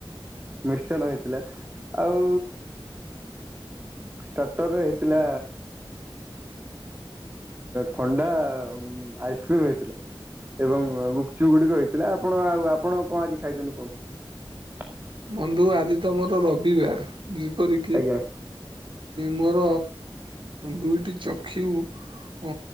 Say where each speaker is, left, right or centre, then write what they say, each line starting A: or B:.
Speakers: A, on the right (about 20°); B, on the right (about 60°).
A: ମିଷ୍ଟନ ହେଇଥିଲା। ଆଉ ଷ୍ଟାର୍ଟର ରେ ହେଇଥିଲା ଥଣ୍ଡା ଆଇସ୍କ୍ରିମ ହେଇଥିଲା। ଏବଂ ଗୁପଛୁ ଗୁଡିକ ହେଇଥିଲା। ଆପଣ ଆଉ ଆପଣ କଣ ଆଜି ଖାଇଛନ୍ତି କୁହନ୍ତୁ?
B: ବନ୍ଧୁ ଆଜି ତମର ରବିବାର। ଯେପର କିି
A: ଆଜ୍ଞା
B: ମୋର ଦୁଇଟି ଚକ୍ଷୁ ଉ